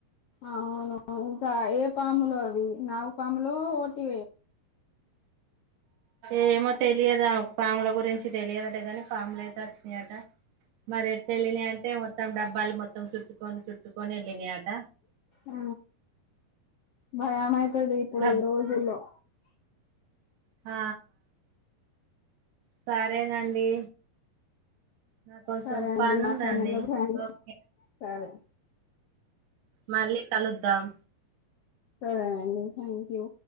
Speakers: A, on the left; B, on the right.
A: అవును ఇంకా ఏ పాములు అవి నాగు పాములు ఓటి
B: ఏమో తెలియదా ఒక పాముల గురించి తెలియదట కాని పాములు అయితే వచ్చినాయట మరి ఎట్లా వెళ్ళినాయి అంటే మొత్తం డబ్బాలు మొత్తం చుట్టుకొని చుట్టుకొని వెళ్ళినాయాట
A: ఆ భయమయితది ఇప్పుడు
B: డబ్
A: ఈ రోజుల్లో
B: ఆ సరేనండి నా కొంచెం
A: సరే అండి
B: పనుందండి
A: మాట్లాడినందుకు థ్యాంక్
B: ఓకే
A: సరే
B: మళ్ళీ కలుద్దాం
A: సరేఅండి థ్యాంక్ యూ